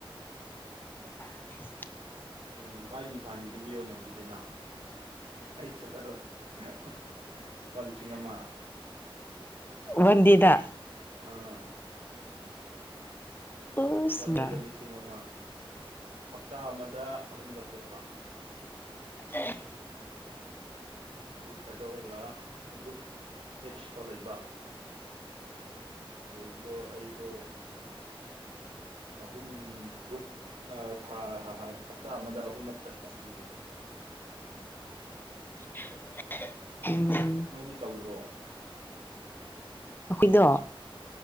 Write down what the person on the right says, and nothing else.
ꯎꯝ ꯚꯥꯏꯒꯤ ꯐꯥꯏꯟ ꯄꯤꯕꯤꯌꯣꯅꯦ ꯑꯗꯨꯗꯤ ꯅ ꯑꯩ ꯆꯠꯂꯔꯣꯏ <unintelligible> ꯂꯨꯄꯥ ꯂꯤꯁꯤꯡ ꯑꯃ
ꯑꯥ
ꯋꯥꯟ
ꯗꯦꯗ ꯂꯤꯁꯤꯡ ꯑꯃ ꯍꯞꯇꯥ ꯑꯃꯗ ꯑꯍꯨꯝꯂꯛ ꯆꯠꯄ
ꯒ꯭ꯔꯨꯞ ꯈꯥꯏꯗꯣꯛꯔꯒ ꯒ꯭ꯔꯨꯞ ꯍꯤꯠꯁ ꯐꯥꯎ ꯂꯩꯕ ꯂꯩꯕꯗꯣ ꯑꯩꯗꯣ ꯑꯍꯨꯝ ꯒ꯭ꯔꯨꯞ ꯊꯥ ꯍꯞꯇꯥ ꯑꯃꯗ ꯑꯍꯨꯝꯂꯛ ꯆꯠꯄ ꯑꯗꯨꯒꯤ
ꯅꯣꯏꯗꯤ ꯇꯧꯗ꯭ꯔꯣ꯫